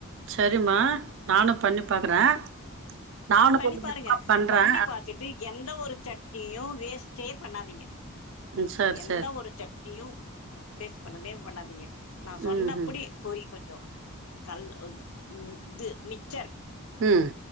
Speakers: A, on the right (about 55°); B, on the left (about 70°).
A: சரிம்மா நானு பண்ணி பாக்குறே நானும்
B: ம் பண்ணி
A: ஒரு
B: பாருங்க
A: விதமா பண்றேன்.
B: பண்ணி பாத்துட் டு எந்த ஒரு சட்னியு வேஸ்ட்டே பண்ணாதீங்க
A: ம் சரி,
B: எந்த
A: சரி.
B: ஒரு சட்னியு வேஸ்ட் பண்ணவே பண்ணாதீங்க நா‌ சொன்னப்புடி
A: ம்ஹ்ம்.
B: பொறிக் கொஞ்சோ கல் உ ம் இது மிச்சர்
A: ம்